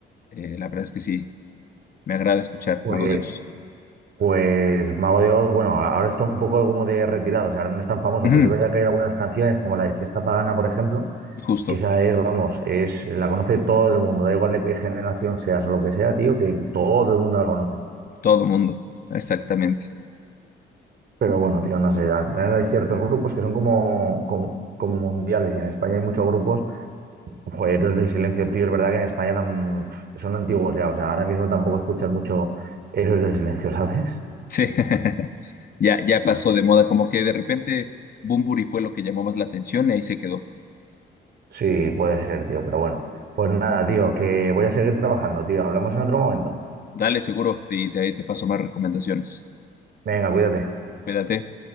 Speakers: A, on the left; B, on the right.
A: eh, la verdad es que sí, me agrada escuchar
B: Pues,
A: Mago Dios.
B: pues Mago de Oz, bueno, ahora está un poco como de retirado, o sea, ahora no es tan famoso,
A: Ujú.
B: pero es verdad que hay algunas canciones, como la de Fiesta Pagana, por ejemplo
A: Justo,
B: que esa es, vamos, es, la conoce todo el mundo, da igual de qué generación seas o lo que sea, tío, que todo el mundo la conoce.
A: todo mundo, exactamente.
B: Pero bueno, tío, no sé, al final hay ciertos grupos que son como, como, como mundiales y en España hay muchos grupos, joder, Héroes del Silencio, tío, es verdad que en España tam- son antiguos ya, o sea, ahora mismo tampoco escuchas mucho Héroes del Silencio, <laughs> ¿sabes?
A: Sí, <laughs> ya, ya pasó de moda, como que de repente Bunbury fue lo que llamó más la atención y ahí se quedó.
B: Sí, puede ser, tío, pero bueno. Pues nada, tío, que voy a seguir trabajando, tío. Hablamos en otro momento.
A: Dale seguro y de ahí te paso más recomendaciones.
B: Venga, cuídate.
A: Cuídate.